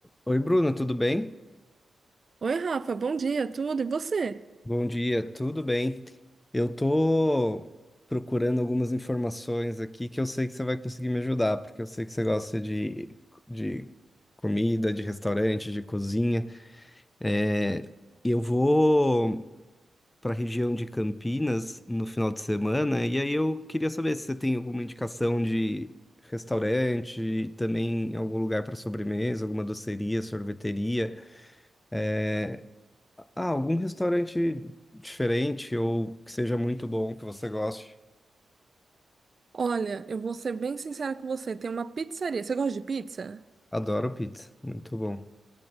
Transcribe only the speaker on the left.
Oi, Bruno, tudo bem?
Bom dia, tudo bem? Eu tô procurando algumas informações aqui que eu sei que você vai conseguir me ajudar, porque eu sei que você gosta de, de comida, de restaurante, de cozinha. É, eu vou para a região de Campinas no final de semana, e aí eu queria saber se você tem alguma indicação de restaurante, também algum lugar para sobremesa, alguma doceria, sorveteria. É, Ah, algum restaurante diferente ou que seja muito bom, que você goste.
Adoro pizza, muito bom.